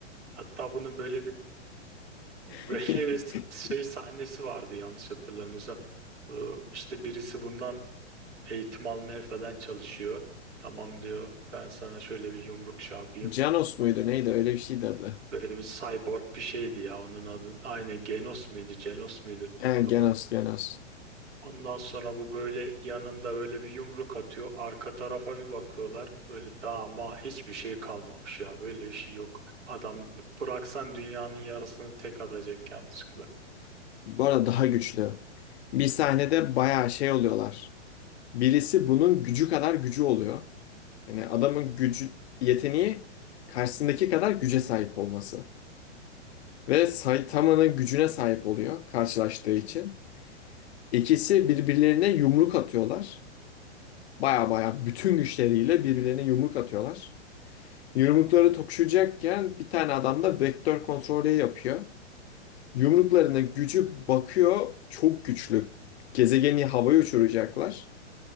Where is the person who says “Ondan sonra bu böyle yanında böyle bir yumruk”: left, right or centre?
Right